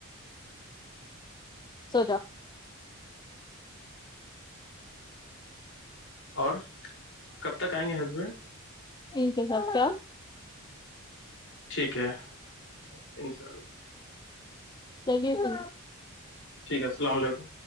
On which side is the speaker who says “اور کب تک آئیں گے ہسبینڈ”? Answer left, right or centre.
Left